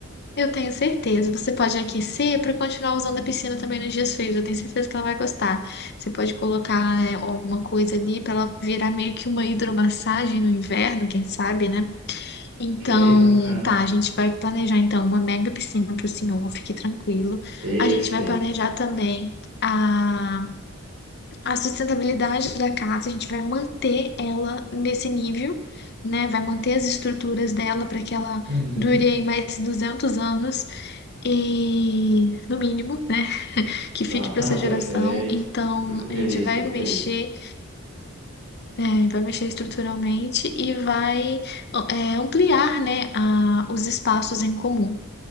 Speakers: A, on the left; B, on the right.
A: Eu tenho certeza. Você pode aquecer para continuar usando a piscina também nos dias frios. Eu tenho certeza que ela vai gostar. Você pode colocar, né, alguma coisa ali para ela virar meio que uma hidromassagem no inverno, quem sabe, né? Então,
B: Ok, bacana.
A: tá, a gente vai planejar então uma mega piscina para o senhor, fique tranquilo.
B: Perfeito.
A: A gente vai planejar também a, a sustentabilidade da casa, a gente vai manter ela nesse nível, né? Vai manter as estruturas dela para que ela
B: Uhum.
A: dure aí mais 200 anos e, no mínimo, né? <laughs> Que fique
B: Ah,
A: para essa
B: <laughs>
A: geração.
B: perfeito.
A: Então,
B: Fico feliz,
A: a gente vai
B: fico feliz.
A: mexer. É, vai mexer estruturalmente e vai é, ampliar, né, a- os espaços em comum.